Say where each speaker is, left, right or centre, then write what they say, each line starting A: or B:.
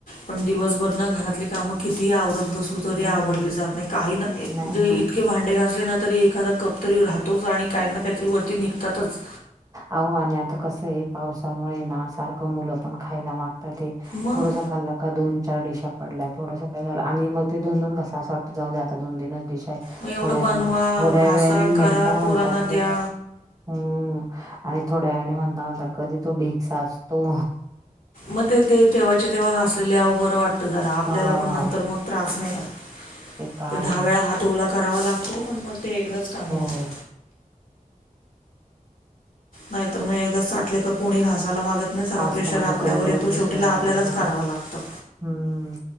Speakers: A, on the left; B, on the right.
A: पण दिवसभर ना घरातली कामं कितीही आवरत बसलो तरी
B: हम्म
A: आवरली जात नाही काही ना म्हणजे
B: नाही आवडत.
A: क भांडे घासले ना तरी एखादा कप तरी राहतोच आणि काही ना काहीतरी वरती निघतातच.
B: आओ आणि आता कसं आहे पावसामुळे ना सारखं मुलं पण खायला मागत ते
A: मग
B: थोडसं खाल्लं का दोन चार डीशा पडल्या थोडसं काय झालं आणि मग ते दोन दोन घास आस वाटत जाऊ दे आता दोनतीनच डीश आहे.
A: मग एवढं
B: थोड्या वेळाने
A: बनवा
B: थोड्या
A: घासा
B: वेळाने म्हणता
A: करा
B: म्हणता
A: पोरना
B: तो
A: द्या.
B: हम्म आणि थोड्या वेळाने म्हणता म्हणता कधी तो ढीग साचतो.
A: मग ते ते तेव्हाच्या तेव्हा घासलेले आवो बरं वाटतं जरा आपल्याला
B: हा
A: पण नंतर मग त्रास नाही होत
B: तर आहेच
A: ते दहा वेळा हात ओला करावा लागतो पण मग ते एकदाच कामं
B: हो.
A: होतात. नाहीत तर मग एकदाच साठले का कोणी घास ला मागत नाही सगळं
B: आज
A: प्रेशर
B: तर माझं
A: आपल्यावर
B: कंबरच
A: येतो
B: दुखलं
A: शेवटीला
B: बाबा
A: आपल्यालाच
B: भांडी
A: करावं लागतं.
B: हम्म